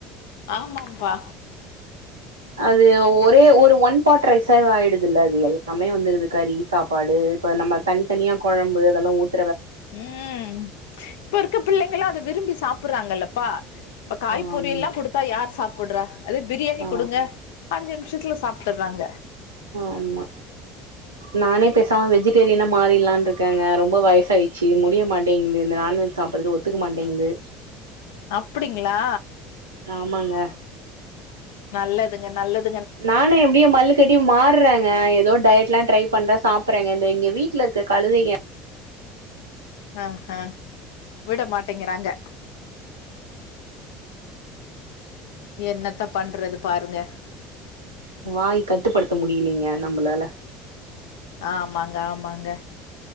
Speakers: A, on the left; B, on the right.
A: ஆமாம்ப்பா
B: அது ஒரே ஒரு ஒன் பாட் ரைஸா ஆயிடுது இல்ல அது எல்லாமே வந்துருது கறி சாப்பாடு இப்ப நம்ம தனித்தனியா கொழம்பு அதெல்லா ஊத்
A: உம் இப்ப இருக்க பிள்ளைகளா அத விரும்பி சாப்புறாங்கல்லப்பா இப்ப காய்
B: ஆமா
A: பொரியல் எல்லா குடுத்தா யார் சாப்புடுறா அதே பிரியாணி
B: ஆமா
A: கொடுங்க அஞ்சி நிமிஷ் விசெத்துல சாப்ட்டறாங்க
B: ஆமா நானே பேசாம வெஜிடேரியனா மாறிலான்னு இருக்கேங்க ரொம்ப வயசா ஆயிடுச்சு முடிய மாட்டேங்குது நான்வெஜ் சாப்படறது ஒத்துக்க மாட்டேங்குது
A: அப்டிங்களா
B: ஆமாங்க
A: நல்லதுங்க நல்லது
B: நானு எப்டியோ மல்லுக்கட்டி மாறங்க ஏதோ டயட் எல்லா ட்ரை பண்ற சாப்பறேங்க எங்க வீட்டுல இருக்க கழுதைங்க
A: ஆ ஹ விட மாட்டேங்கிறாங்க என்னத்த பண்றது பாருங்க
B: வாய் கட்டுப்படுத்த முடியேலீங்க நம்மளால
A: ஆமாங்க ஆமாங்க